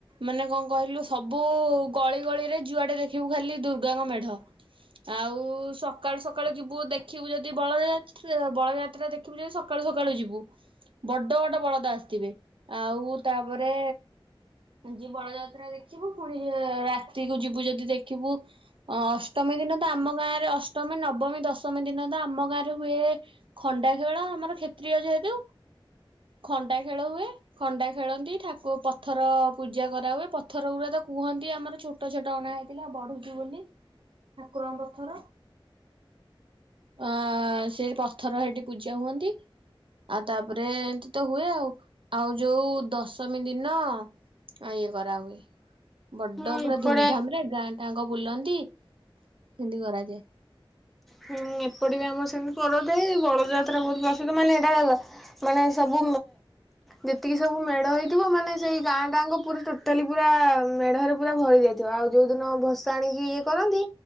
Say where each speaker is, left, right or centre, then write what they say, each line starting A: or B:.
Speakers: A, on the right (about 65°); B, in the centre.
A: ମାନେ କଣ କହିଲୁ ସବୁ ଗଳି ଗଳିରେ ଯୁଆଡେ ଦେଖିବୁ ଖାଲି ଦୁର୍ଗାଙ୍କ ମେଢ ଆଉ ସକାଳୁ ସକାଳୁ ଯିବୁ ଦେଖିବୁ ଯଦି ବଳଯାତା ବଳଯାତ୍ରା ଦେଖିବୁ ଯଦି ସକା ସକାଳୁ ସକାଳୁ ଯିବୁ ବଡ ବଡ ବଳଦ ଆସିଥିବେ। ଆଉ ତାପରେ ଯ ବଳଯାତ୍ରା ଦେଖିବୁ ପୁଣି ରାତିକୁୁ ଯିବୁ ଯଦି ଦେଖିବୁ ଅଷ୍ଟମୀ ଦିନ ତ ଆମ ଗାଁରେ ଅଷ୍ଟମୀ, ନବମୀ, ଦଶମୀ ଦିନ ତ ଆମ ଗାଁରେ ହୁଏ ଖଣ୍ଡା ଖେଳ ଆମର କ୍ଷତ୍ରୀିୟ ଯେହେତୁ ଖଣ୍ଡା ଖେଳ ହୁଏ। ଖଣ୍ଡା ଖେଳନ୍ତି ଠାକୁ ପଥର ପୂଜା କରାହୁଏ ପଥର ଗୁଡା ତ କୁହନ୍ତି ଆମର ଛୋଟ ଛୋଟ ଅଣା ହେଇଥିଲା ବଢୁଛିୁ ବୋଲି ଠାକୁରଙ୍କ ପଥର ଅ ସେ ପଥର ସେଇଠି ପୂଜା ହୁଅନ୍ତି। ଆଉ ତାପରେ ଏମତି ତ ହୁଏ ଆଉ ଆଉ ଯୋଉ ଦଶମୀ ଦିନ ଇଏ କରାହୁଏ। ବଡ
B: ହୁଁ
A: ପୁରା
B: ଏପଟେ
A: ଧୁମଧାମ ରେ ଗାଁ ତାଙ୍କ ବୁଲନ୍ତି ସେନ୍ତୀ କରାଯାଏ।
B: ହୁଁ ଏପଟେ ବି ଆମର ସେମିତି ପରଥାଏ ।ବଳଯାତ୍ରା ବହୁତ ପ୍ରସିଦ୍ଧ ମାନେ ଏଇଟା ମାନେ ସବୁ ଯେତିକି ସବୁ ମେଢ ହେଇଥିବ ମାନେ ସେଇ ଗାଁ ଟାଙ୍କ ପୁରା ଟୋଟାଲି ପୁରା ମେଢରେ ପୁରା ଭରି ଯାଇଥିବ ଆଉ ଯୋଉ ଦିନ ଭସା ଆଣିକି ଇଏ କରନ୍ତି